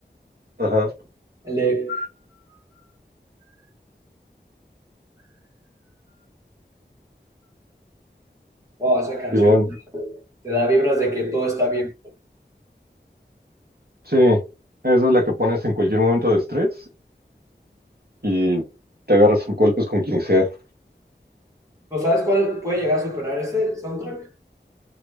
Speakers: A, on the right; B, on the right.
A: Ajá,
B: El de... Oh, esa canción
A: Simón.
B: te da vibras de que todo está bien.
A: Sí, esa es la que pones en cualquier momento de estrés y te agarras a golpes con quien sea.
B: ¿No sabes cuál puede llegar a superar ese soundtrack?